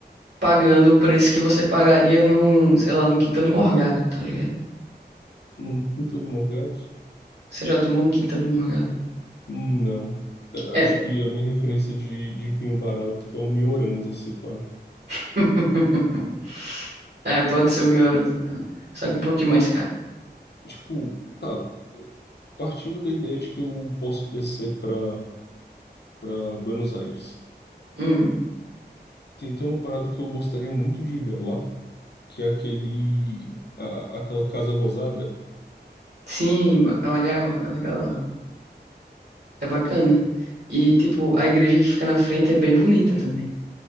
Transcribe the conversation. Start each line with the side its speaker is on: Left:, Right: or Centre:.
Right: pagando o preço que você pagaria num, sei lá, num Quinta do Morgado, tá ligado?
Left: Não Quinta do Morgado?
Right: Você já tomou um Quinta do Morgado?
Left: Não. É,
Right: É.
Left: Acho que a minha referência de, de vinho barato é o Mioranza, se pá.
Right: <laughs> É, pode ser o Mioros, então. Só que um pouquinho mais caro.
Left: Tipo, tá, partindo da ideia de que eu posso descer para para Buenos Aires.
Right: Hum.
Left: Tem, tem uma parada que eu gostaria muito de ver lá, que é aquele, a- aquela Casa Rosada.
Right: Sim, é legal, é legal. É bacana. E, tipo, a igreja que fica na frente é bem bonita também.